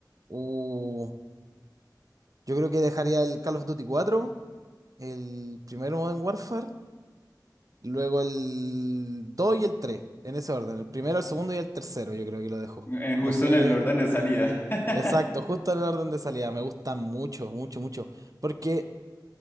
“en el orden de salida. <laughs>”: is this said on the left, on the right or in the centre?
Left